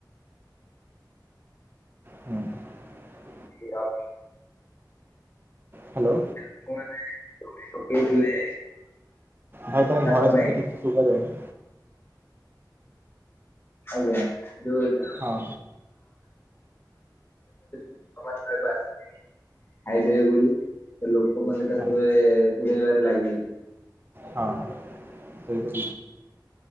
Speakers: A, on the right; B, on the left.
A: ହୁଁ <unintelligible>
B: <inaudible>
A: ହ୍ୟାଲୋ।
B: ଲୋକମାନେ ପକେଇଥିଲେ
A: ଭାଇ ତମ
B: ଚାଷ
A: ଭଏସ୍‌
B: ପାଇଁ
A: କିଛି ଠିକ ସେ ସୁଭା ଯାଉନି?
B: ଆଜ୍ଞା ଯଉ ଏଵେ। <inaudible>
A: ହଁ।
B: <inaudible> ଖାଇଦେବେ ବୋଲି ସେ ଲୋକମାନେ ତାକୁ
A: ହଁ
B: ଏ ହୁଡେଇବାରେ ଲାଗିଛନ୍ତି।
A: ହଁ ସେଇଟୁ